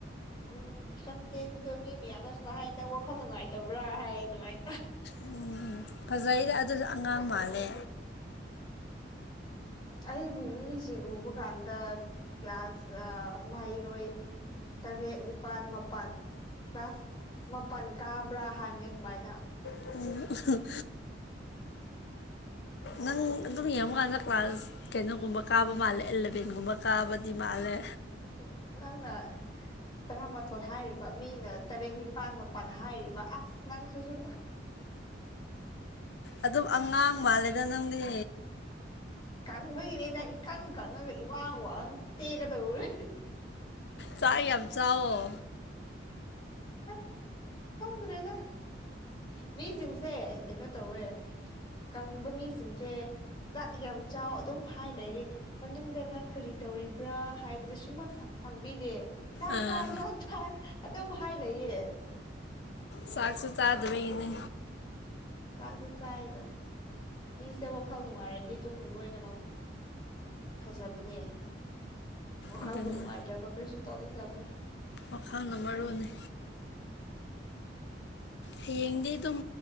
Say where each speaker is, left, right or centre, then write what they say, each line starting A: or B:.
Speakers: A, on the left; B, on the left.
A: ꯎꯝ ꯁꯝ ꯇꯦꯟꯕꯗꯣ ꯃꯤ ꯃꯌꯥꯝꯁꯨꯃꯥꯏ ꯍꯥꯏ ꯅꯪ ꯋꯥꯈꯜ ꯅꯨꯡꯉꯥꯏꯇꯕ꯭ꯔꯥ ꯍꯥꯏꯌꯦ ꯑꯗꯨꯃꯥꯏꯟ
B: ꯎꯝ ꯐꯖꯩꯗ ꯑꯗꯨꯖꯨ ꯑꯉꯥꯡ ꯃꯥꯜꯂꯦ
A: ꯑꯩꯕꯨ ꯃꯤꯖꯤꯡ ꯎꯕ ꯀꯥꯟꯗ ꯀ꯭ꯂꯥꯁ ꯑꯥ ꯃꯍꯩꯔꯣꯏ ꯇꯔꯦꯠ ꯅꯤꯄꯥꯜ ꯃꯥꯄꯜ ꯀ꯭ꯂꯥꯁ ꯃꯥꯄꯜ ꯀꯥꯕ꯭ꯔꯥ ꯍꯥꯡꯉꯦ ꯑꯗꯨꯃꯥꯏꯅ
B: <unintelligible> ꯅꯪ ꯑꯗꯨꯝ ꯌꯦꯡꯕꯀꯥꯟꯗ ꯀ꯭ꯂꯥꯁ ꯀꯩꯅꯣꯒꯨꯝꯕ ꯀꯥꯕ ꯃꯥꯜꯂꯦ ꯑꯦꯂꯚꯦꯟꯒꯨꯝꯕ ꯀꯥꯕꯗꯤ ꯃꯥꯜꯂꯦ
A: ꯑꯁ ꯅꯪꯅ ꯇꯔꯥꯃꯊꯣꯏ ꯍꯥꯏꯔꯤꯕ ꯃꯤꯅ ꯇꯔꯦꯠ ꯅꯤꯄꯥꯟ ꯃꯥꯄꯟ ꯍꯥꯏꯔꯤꯕ ꯑꯁ ꯅꯪꯁꯤꯁꯨ
B: ꯑꯗꯨꯝ ꯑꯉꯥꯡ ꯃꯥꯜꯂꯦꯗ ꯅꯪꯗꯤ
A: ꯀꯪꯕꯩꯅꯤꯗ ꯏꯀꯪ ꯀꯪꯉꯒ ꯏꯋꯥꯡ ꯋꯥꯡ ꯇꯦꯛꯀꯗꯧꯔꯦ
B: ꯆꯥꯛ ꯌꯥꯝ ꯆꯥꯎꯋꯣ
A: ꯑꯁ ꯈꯪꯗꯔꯦꯗ ꯃꯤꯁꯤꯡꯁꯦ ꯀꯩꯅꯣ ꯇꯧꯋꯦ ꯀꯪꯕ ꯃꯤꯁꯤꯡꯁꯦ ꯆꯛ ꯌꯥꯝ ꯆꯥꯎ ꯑꯗꯨꯝ ꯍꯥꯏ ꯂꯩꯔꯦ ꯃꯅꯨꯡꯗ ꯅꯪ ꯀꯔꯤ ꯇꯧꯔꯤꯕ꯭ꯔꯥ ꯍꯥꯏꯕꯗꯤ ꯁꯨꯝꯃꯥꯡ ꯍꯪꯕꯤꯗꯦ ꯆꯥꯛ
B: ꯑꯥ
A: ꯆꯥꯛ ꯆꯥꯛ ꯆꯥꯛ ꯑꯗꯨꯝ ꯍꯥꯏꯂꯩꯌꯦ
B: ꯆꯥꯛꯁꯨ ꯆꯥꯗꯕꯩꯒꯤꯅꯦ
A: ꯆꯥꯛꯇꯤ ꯆꯥꯏꯗ ꯃꯤꯁꯦ ꯋꯥꯈꯜ ꯅꯨꯡꯉꯥꯏꯔꯗꯤ ꯑꯗꯨꯝ ꯂꯣꯏꯅꯃꯛ ꯐꯖꯕꯅꯦ ꯋꯥꯈꯜꯕꯨ
B: ꯑꯗꯨꯅ
A: ꯅꯨꯡꯉꯥꯏꯇ꯭ꯔꯕ ꯀꯔꯤꯁꯨ ꯇꯧꯅꯤꯡꯗꯕꯅꯦ
B: ꯋꯥꯈꯜꯅ ꯃꯔꯨꯅꯤ ꯍꯥꯌꯦꯡꯗꯤ ꯑꯗꯨꯝ